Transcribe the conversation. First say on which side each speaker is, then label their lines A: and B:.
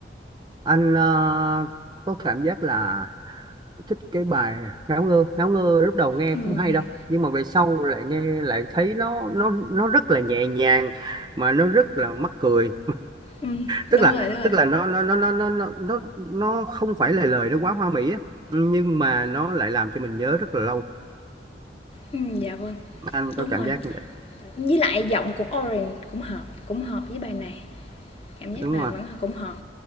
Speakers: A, on the right (about 25°); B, on the left (about 35°).
A: anh ờ, có cảm giác là thích cái bài ngáo ngơ ngáo ngơ lúc đầu nghe
B: Ừm,
A: không hay đâu nhưng mà về sau lại nghe lại thấy nó nó nó rất là nhẹ nhàng mà nó rất là mắc cười
B: ừm, đúng
A: tức là
B: rồi, đúng rồi.
A: tức là nó nó nó nó nó nó nó nó không phải là lời nó quá hoa mỹ á nhưng mà nó lại làm cho mình nhớ rất là lâu
B: Ừm, dạ vâng,
A: anh
B: đúng
A: có cảm
B: rồi.
A: giác như vậy
B: Với lại giọng của Orange cũng hợp, cũng hợp với bài này. Cảm giác
A: đúng
B: là
A: không
B: vẫn
A: ạ?
B: cũng hợp.